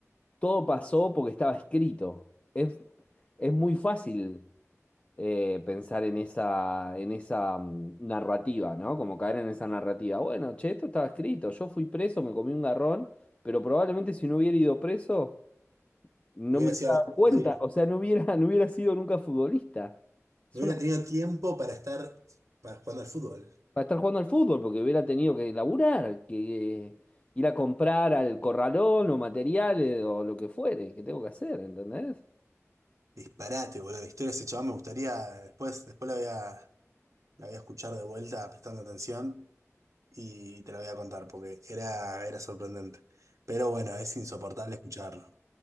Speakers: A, on the left; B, on the right.
A: todo pasó porque estaba escrito. Es, es muy fácil eh, pensar en esa, en esa mm, narrativa, ¿no? Como caer en esa narrativa. Bueno, che, esto estaba escrito. Yo fui preso, me comí un garrón, pero probablemente si no hubiera ido preso, no
B: Hubiera
A: me hubiera
B: sido
A: dado cuenta.
B: David.
A: O sea, no hubiera, <laughs> no hubiera sido nunca futbolista. Es
B: No <laughs>
A: una,
B: hubiera tenido tiempo para estar para, jugando al fútbol.
A: para estar jugando al fútbol, porque hubiera tenido que laburar, que ir a comprar al corralón o materiales o lo que fuere, que tengo que hacer, ¿entendés?
B: Disparate, boludo. La historia de ese chabón me gustaría, después, después la voy a, la voy a escuchar de vuelta prestando atención. y te lo voy a contar porque era, era sorprendente. Pero bueno, es insoportable escucharlo.